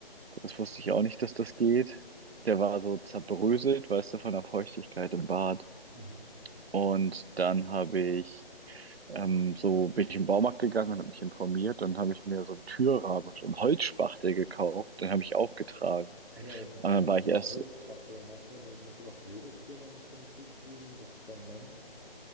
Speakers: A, on the right (about 80°); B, on the left (about 65°).
A: Das
B: Okay.
A: wusste ich auch nicht, dass das geht. Der war so zerbröselt, weißt du, von der Feuchtigkeit im Bad.
B: Mhm.
A: Und dann habe ich Ähm, so bin ich in den Baumarkt gegangen und habe mich informiert. Dann habe ich mir so einen Türrahmen, so einen Holzspachtel gekauft. Den habe ich aufgetragen.
B: Ach ja, das
A: Und
B: kenne
A: dann war
B: ich,
A: ich
B: diese
A: erst,
B: Holzspachtelmasse, die musst du doch Sägespäne mit hinzufügen und das vermengen.